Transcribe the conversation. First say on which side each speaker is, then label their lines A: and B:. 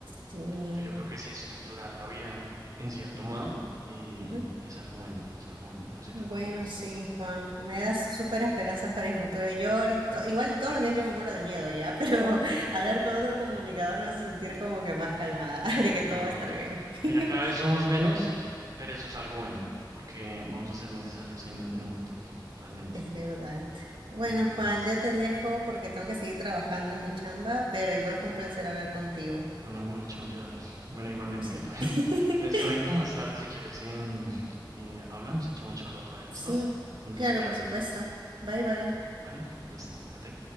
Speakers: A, on the right; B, on the right.
A: Sí.
B: pues yo creo que sí estructurar la vida en cierto modo eh,
A: Ujú.
B: es algo bueno, es algo bueno. No sé
A: Bueno,
B: tú qué opinas.
A: sí, Juan, me das súper esperanzas para el futuro. Yo ahorita- igual todos los días yo me muero de miedo ya, pero <laughs> hablar con otro comunicador me hace sentir como que más calmada, <laughs> de que todo
B: No,
A: va a estar
B: claro.
A: bien. <laughs>
B: Mira, cada vez somos menos, pero eso es algo bueno, porque vamos a ser necesarios en, en un futuro, realmente.
A: Es verdad. Bueno,
B: Entonces,
A: Juan, ya te dejo porque tengo que seguir trabajando en mi chamba, pero igual fue un placer
B: claro,
A: hablar contigo.
B: fue una mujer chambeadora. Bueno, igualmente,
A: Sí.
B: yo también
A: <laughs>
B: <laughs> me desconecto más tarde si quieres. em, eh, hablamos, echamos charla otra vez, ¿listo?
A: Sí,
B: Entonces,
A: claro,
B: cuídate,
A: por supuesto. Bye bye.
B: ¿vale? Listo, cuídate.